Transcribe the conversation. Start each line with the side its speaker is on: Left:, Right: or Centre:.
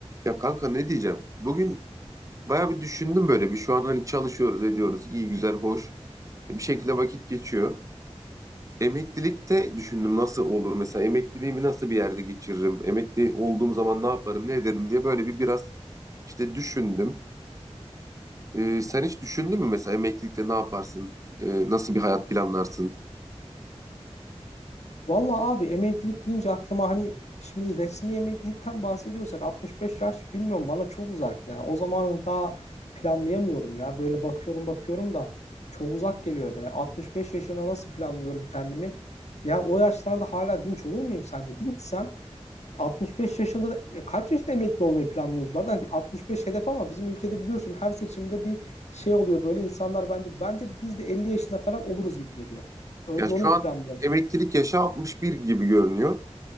Right: Ya kanka ne diyeceğim? Bugün bayağı bir düşündüm böyle bir şu an hani çalışıyoruz ediyoruz iyi güzel hoş E, bir şekilde vakit geçiyor. Emeklilikte düşündüm nasıl olur mesela emekliliğimi nasıl bir yerde geçiririm? Emekli olduğum zaman ne yaparım ne ederim diye böyle bir biraz işte düşündüm. Ee, sen hiç düşündün mü mesela emeklilikte ne yaparsın? Ee, nasıl bir hayat planlarsın?
Left: Vallahi abi emeklilik deyince aklıma hani şimdi resmi emeklilikten bahsediyorsak 65 yaş bilmiyorum bana çok uzak ya. O zamanı daha planlayamıyorum ya. Böyle bakıyorum bakıyorum da çok uzak geliyor be. 65 yaşına nasıl planlıyorum kendimi? Ya o yaşlarda hala dinç olur muyum sence? Dinçsem 65 yaşında da ya kaç yaşında emekli olmayı planlıyoruz? Bu arada hani 65 hedef ama bizim ülkede biliyorsun her seçimde bir şey oluyor böyle insanlar bence bence de biz de 50 yaşında falan oluruz gibi geliyor. Önce
Right: Ya şu
Left: onu bir
Right: an
Left: planlayalım.
Right: emeklilik yaşı 61 gibi görünüyor.